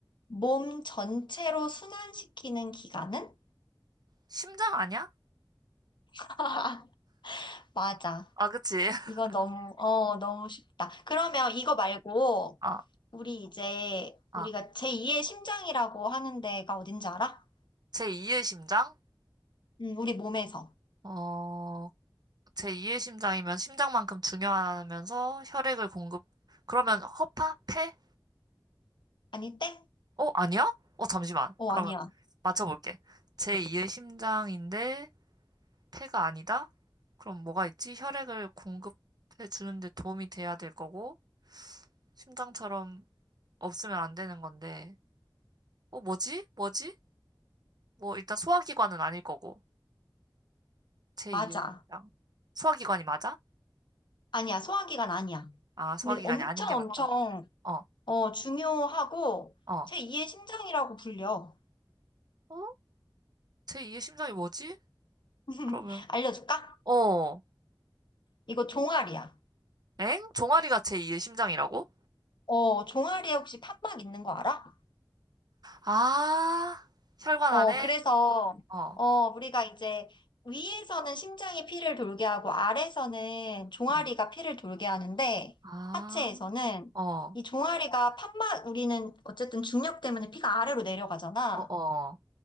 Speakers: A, on the left (about 70°); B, on the right (about 55°).
A: 몸 전체로 순환시키는 기관은?
B: 심장 아니야?
A: <laughs> 맞아.
B: 아, 그치. <laughs>
A: 이건 너무, 어, 너무 쉽다. 그러면 이거 말고,
B: 아,
A: 우리 이제,
B: 아,
A: 우리가 제2의 심장이라고 하는 데가 어딘지 알아?
B: 제2의 심장?
A: 음, 우리 몸에서.
B: 어, 제2의 심장이면 심장만큼 중요하면서 혈액을 공급. 그러면 허파? 폐?
A: 아니, 땡?
B: 어, 아니야? 어, 잠시만.
A: 어,
B: 그러면
A: 아니야.
B: 맞춰볼게. 제2의 심장인데 폐가 아니다? 그럼 뭐가 있지? 혈액을 공급해 주는데 도움이 돼야 될 거고, 심장처럼 없으면 안 되는 건데, 어, 뭐지? 뭐지? 뭐, 일단 소화기관은 아닐 거고, 제2의
A: 맞아.
B: 심장. 소화기관이 맞아?
A: 아니야. 소화기관 아니야.
B: 아, 소화기관이
A: 근데 엄청
B: 아닌 게 맞다고.
A: 엄청,
B: 어,
A: 어, 중요하고,
B: 어.
A: 제2의 심장이라고 불려.
B: 어? 제2의 심장이 뭐지?
A: <laughs>
B: 그러면
A: 알려줄까?
B: 어.
A: 이거 종아리야.
B: 엥? 종아리가 제2의 심장이라고?
A: 어, 종아리에 혹시 판막 있는 거 알아?
B: 아, 혈관
A: 어,
B: 안에?
A: 그래서,
B: 어,
A: 어, 우리가 이제 위에서는 심장이 피를 돌게 하고 아래에서는 종아리가
B: 어,
A: 피를 돌게 하는데
B: 아,
A: 하체에서는
B: 어,
A: 이 종아리가 판막, 우리는 어쨌든 중력 때문에 피가 아래로 내려가잖아.
B: 어, 어,